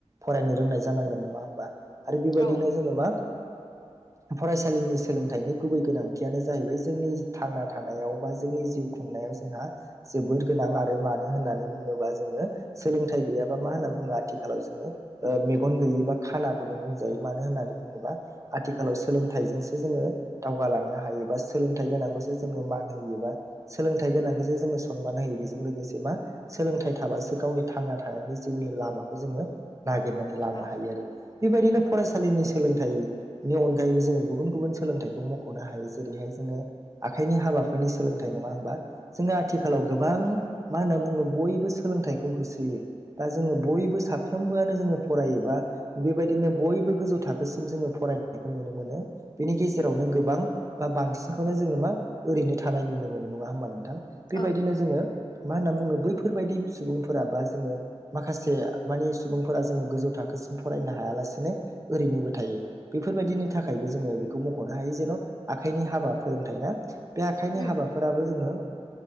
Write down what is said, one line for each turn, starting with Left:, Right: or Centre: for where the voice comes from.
Right: फरायनो रोंनाय जानांगोन नङा होमबा आरो बेबायदिनो
Left: औ
Right: जोङो मा? फरायसालिनि सोलोंथाइनि गुबै गोनांथियानो जाहैबाय जोंनि थांना थानायाव बा जोंनि जिउ खुंनाय नायाव जोंहा जोबोर‌ गोनां आरो मानो होननानै बुङोबा जोङो सोंलोंथाय गैयाबा मा होननानै बुङो आथिखालाव जोङो ओ मेगन गैयै बा खानाखौनो बुंजायो मानो होननानै बुङोबा आथिखालाव सोलोंथाइजोंसो जोङो दावगालांनो हायो बा सोलोंथाय गोनांखौसो जोङो मान होयो बा सोलोंथाय गोनांखौसो जों सनमान होयो। बेजों लोगोसे मा सोलोंथाइ थाबासो गावनि थांना थानायनि जिउनि लामाखौ जोङो नागिरनानै लानो
Left: औ
Right: हायो आरो बेबायदिनो फरायसालिनि सोलोंथाइनि अनगायैबो जोङो गुबुन गुबुन सोलोंथाइखौ मखनो हायो जेरैहाय जोङो आखाइनि हाबाफोरनि सोलोंथाइ नङा होमबा जोङो आथिखालाव गो बां मा होनना बुङो बयबो सोलोंथाइखौ होसोयो बा जोङो बयबो साफ्रोमबोआनो जोङो फरायोबा बेबायदिनो बयबो गोजौ थाखोसिम जोङो फरायनायखौ नुनो मोनो बेनि गेजेरावनो गोबां बा बांसिनखौनो जोङो मा ओरैनो थानाय नुनो मोनो नङा होमबा नोंथां? बेबायदिनो
Left: औ
Right: जोङो मा होनना बुङो बैफोरबायाददि सुबुंफोरा बा जोङो माखासे मानि सुबुंफोरा जोङो गोजौ थाखोसिम फरायनो हायालासेनो ओरैनोबो थायो बेफोरबायदिनि थाखायबो जोङो बेखौ मखनो हायो जेन आखाइनि हाबा फोरोंथाय ना बे आखाइनि
Left: उम
Right: हाबाफोराबो जोङो